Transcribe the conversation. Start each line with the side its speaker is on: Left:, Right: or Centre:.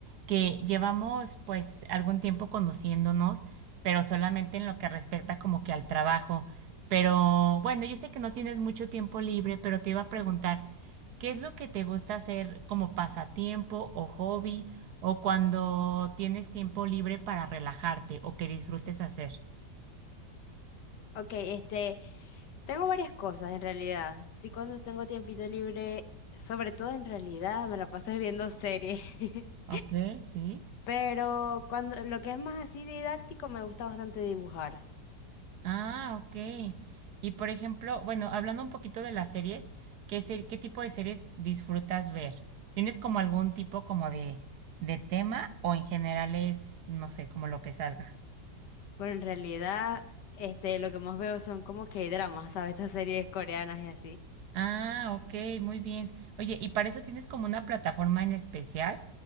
Right: Que llevamos pues algún tiempo conociéndonos, pero solamente en lo que respecta como que al trabajo. Pero bueno, yo sé que no tienes mucho tiempo libre, pero te iba a preguntar, ¿qué es lo que te gusta hacer como pasatiempo o hobby o cuando tienes tiempo libre para relajarte o que disfrutes hacer?
Left: Ok, este, tengo varias cosas en realidad. Sí, cuando tengo tiempito libre, sobre todo en realidad, me la paso viendo series. <laughs>
Right: Ok, sí.
Left: Pero cuando lo que es más así didáctico, me gusta bastante dibujar.
Right: Ah, ok. Y por ejemplo, bueno, hablando un poquito de las series, ¿qué, ser- qué tipo de series disfrutas ver? ¿Tienes como algún tipo como de, de tema o en general es, no sé, como lo que salga?
Left: Bueno, en realidad, este, lo que más veo son como que dramas, ¿sabes? Estas series coreanas y así.
Right: Ah, ok, muy bien. Oye, ¿y para eso tienes como una plataforma en especial